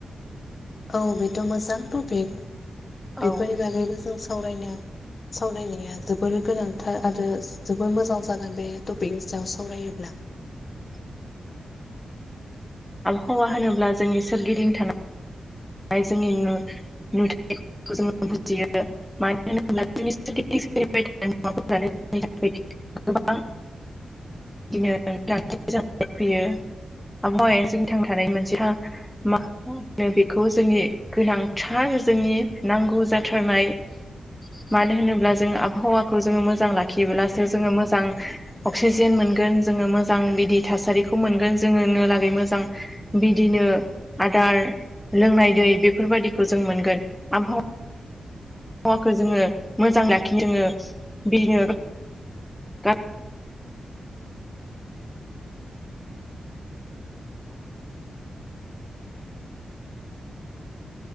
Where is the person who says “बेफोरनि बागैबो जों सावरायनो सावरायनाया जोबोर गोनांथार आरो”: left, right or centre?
Left